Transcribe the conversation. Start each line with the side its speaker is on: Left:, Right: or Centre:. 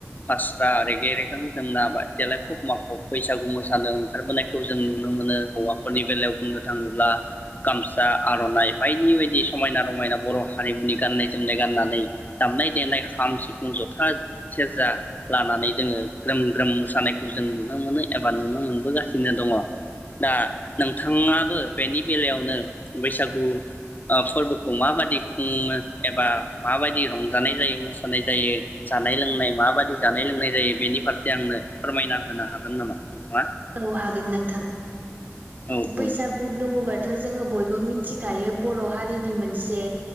Left: फास्रा रेगे रेगां जोमना देलायफब माफब बैसागु मोसानो ओंखारबोनायखौ जों नुनो मोनो हौवाफोरनि बेलायाव बुंनो थाङोब्ला गामसा। जा आर'नाइ बायदि बायदि समायना रमायना बर' हारिमुनि गाननाय जोमनाय गाननानै दामनाय देनाय खाम सिफुं जथा सेरजा लानानै जोङो ग्रोम ग्रोम मोसानायखौ जों नुनो मोनो एबा नुनो मोनबोगासिनो दङ। दा नोंथाङाबो बेनि बेलायावनो। बैसागु फोरबोखौ माबायदि खुङो एबा माबायदि रंजानाय जायो, मोसानाय जायो, जानाय लोंनाय माबायदि जानाय लोंनाय जायो बेनि फारसे आंनो फोरमायना होनो हागोन नामा? नोंथाङा
Right: औ हागोन नोंथां।
Left: औ
Right: बैसागु
Left: औ
Right: लुङोबा। जोङो बयबो मिथिखायो बर' हारिनि मोनसे